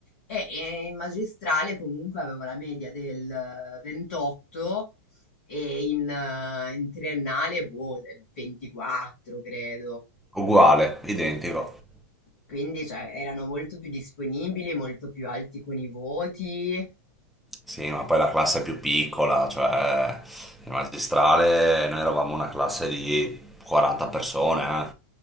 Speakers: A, on the left; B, in the centre.
A: eh, e in magistrale comunque avevo la media del 28 e in, eh, in triennale, boh, del 24, credo.
B: Uguale, identico.
A: Quindi, cioè, erano molto più disponibili, molto più alti con i voti.
B: Sì, ma poi la classe è più piccola, cioè il magistrale noi eravamo una classe di 40 persone, eh.